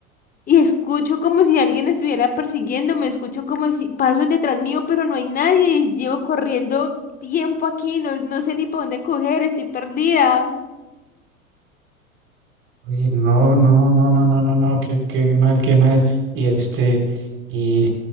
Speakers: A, on the left (about 20°); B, on the right (about 30°).
A: y escucho como si alguien estuviera persiguiéndome, escucho como si pasos detrás mío, pero no hay nadie y llevo corriendo tiempo aquí, no, no sé ni para dónde coger, estoy perdida.
B: Uy, no, no, no, no, no, no, no, qué, qué mal, qué mal. Y este, y